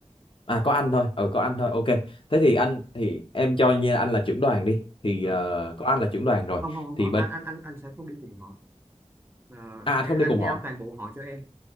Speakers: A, on the left; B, on the right.
A: à có anh thôi ờ có anh thôi ok thế thì anh thì em cho như là anh là trưởng đoàn đi thì
B: rồi.
A: ờ, có anh là trưởng đoàn rồi
B: không không không
A: thì
B: không,
A: bên
B: anh anh anh anh sẽ không đi cùng họ Ờ,
A: à anh không
B: anh
A: đi cùng
B: giao
A: họ
B: toàn bộ họ cho em